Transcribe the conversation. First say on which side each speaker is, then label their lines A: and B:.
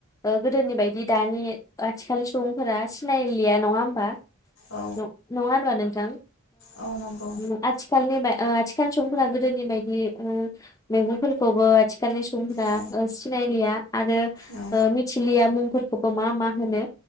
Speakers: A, on the left; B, on the left.
A: ओ गोदोनि बायदि दानि आथिखालनि सुबुंफोरा सिनायलिया नङा होनबा
B: औ
A: न नङा होनबा नों
B: औ नंगौ
A: <unintelligible> ओ आथिखालनि बाय ओ आथिखाल सुबुंफोरा गोदोनि बायदि ओ मैहुरफोरखौबो आथिखालनि सुबुं ओ
B: औ
A: सिनायलिया आरो
B: औ
A: मिथिलियाबो फोरखौबो मा मा होनो